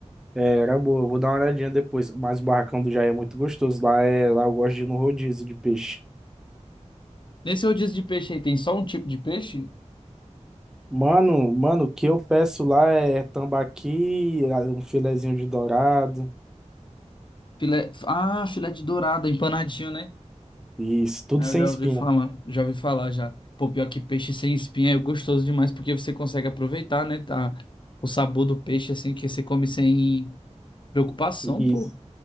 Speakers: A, in the centre; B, on the left.
A: É, era boa, eu vou dar uma olhadinha depois. Mas o barracão do Jair é muito gostoso. Lá, é, lá eu gosto de ir no rodízio de peixe.
B: Nesse rodízio de peixe aí, tem só um tipo de peixe?
A: Mano, mano, o que eu peço lá é tambaqui, um filezinho de dourado.
B: Filé... Ah, filé de dourada, empanadinho, né?
A: Isso, tudo
B: Ah,
A: sem
B: eu já
A: espinha.
B: ouvi falar, já ouvi falar já. Pô, pior que peixe sem espinha é gostoso demais, porque você consegue aproveitar, né? Tá? O sabor do peixe, assim, que você come sem preocupação,
A: Isso.
B: pô.